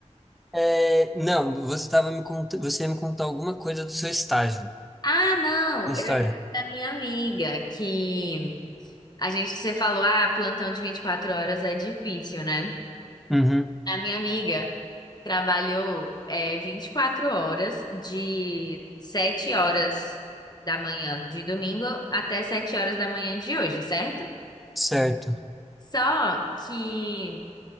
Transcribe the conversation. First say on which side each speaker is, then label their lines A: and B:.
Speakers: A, in the centre; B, on the left (about 35°).
A: É, não, você tava me cont... você ia me contar alguma coisa do seu estágio,
B: Ah, não,
A: na história.
B: era da minha amiga, que a gente, você falou, ah, plantão de 24 horas é difícil, né?
A: Uhum,
B: A minha amiga trabalhou é, 24 horas, de 7 horas da manhã de domingo até 7 horas da manhã de hoje, certo?
A: certo.
B: Só que